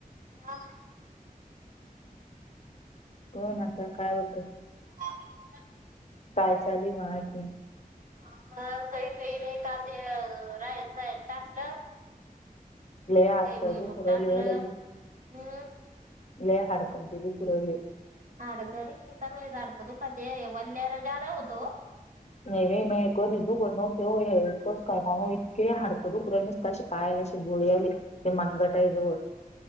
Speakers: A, on the right; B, on the left.
A: मा
B: कोण आता काय होत
A: काचा केवचा
B: काय चाल म आणखीन
A: ई काही नाही का ते राहील जायल टाकलं
B: लय हात
A: काही
B: पाय
A: बई
B: दुखू
A: मग
B: राहिले
A: टाकलं
B: ओ लगी
A: हम्
B: लय हडकन ते दुखु रायले
A: अडचरी चगलीचडकं दुपात वल्ल्यारा जादा होतो
B: नय रे मये कधीच दुकत नवते ओ हे कस काय कोणो इतके हडक दुकु रायले नुसते कशे पाय कशे गोळे यालेत ते मनगटा जवळ